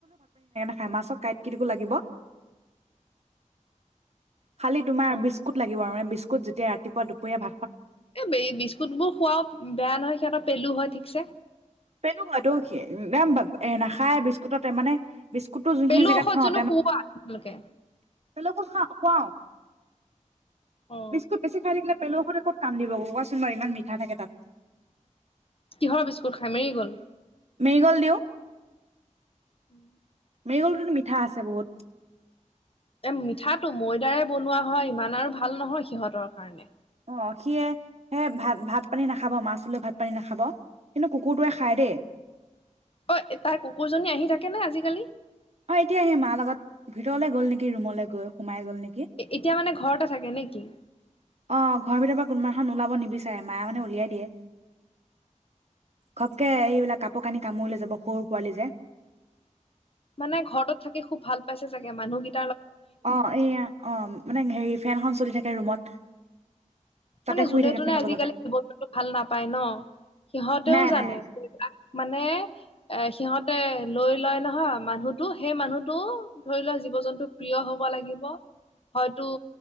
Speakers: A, on the right; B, on the left.
A: হে মাছক কাঁইট কিটো লাগিব। খালি তোমাৰ
B: অ
A: বিস্কট লাগিব আৰু ম। স্কত যেতিয়া ৰাতিপুৱ দুপৰীয়া ভ
B: এই বে বিস্কুট বোৰ খুৱওক। বেয়া নহয় সিহঁতৰ পেলু হয় ঠিকছে।
A: পেলু হয়তো একদম এ নাখায় বিস্কুটতে মানে বিস্কুটটো যোনখিনি
B: পেলু
A: জেগাত
B: ঔষধজননো
A: থওঁ
B: শুৱা আপোনালোকে?
A: অ খা খোৱাও।
B: অ
A: বিস্কুট ক খাই থকিল। পেলুৰ সতে ক'ত কাম দিব কোৱাচোন বাৰু ইমান মিঠা থাকে তাত।
B: কিহৰ বিস্কুট খাই মেৰিগল্ড।
A: মৰিগল দিওঁ।
B: উম',
A: মেগলটোতো মিঠা আছে বহুত।
B: এ মিঠাটো ময়দাৰে বনোৱা হয় ইমান আৰু ভাল নহয় সিহঁতৰ কাৰণে।
A: অহ ', সি সেই ভাত ভাত পানী নাখাব মাছৈ ভাত পানী নাখাব কিন্তু কুকুৰটোৱে খায় দেই।
B: অহ ', তাই কুকুৰজনী আহি থাকে নে আজিকালি?
A: অহ ', এতিয়া সি মাৰ লগত ভিতৰলে গ'ল নেকি ৰুমলৈ গৈ সোমাই গ'ল নেকি?
B: এতিয়া মানে ঘৰতে থাকে নে কি?
A: অহ ', ঘৰৰ ভিতৰ পৰা কোনোবা এখন ওলাব নিবিচাৰে মায় মানে উলিয়াই দিয়ে ঘপকে এইবিলাক কাপোৰ কানি কামুৰিলে যাব সৰু পোৱালি যে।
B: মানে ঘৰটোত থাকে খুব ভাল পাইছে চাগে মানুহকেই
A: অ', এয়া অ', মানে হেৰি ফেনখন চলি থাকে ৰুমত। তাতে
B: মানে
A: শুই
B: যোনে
A: থাকে
B: তোনে
A: ফেনৰ
B: আজিকালি
A: তলতে
B: জীৱ জন্তু ভাল নাপায় ন' সিহঁতেও
A: নাই
B: জানোক
A: নাই
B: মানে এ সিহঁত তে লৈ লয় নহয় মানুহতো সেই মানুহটো ধৰি লোৱা জীৱ-জন্তু প্ৰিয় হ'ব লাগিব হয়তো